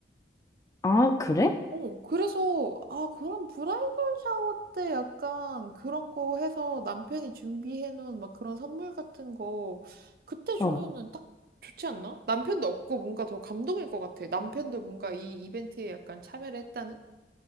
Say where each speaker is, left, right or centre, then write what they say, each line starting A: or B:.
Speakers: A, on the left; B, on the right.
A: 아, 그래?
B: 어, 그래서 아, 그런 브라이덜 샤워 때 약간 그런 거 해서 남편이 준비해놓은 막 그런 선물 같은 거 그때 주면은
A: 어.
B: 딱 좋지 않나? 남편도 없고 뭔가 더 감동일 것 같아. 남편도 뭔가 이 이벤트에 약간 참여를 했다는?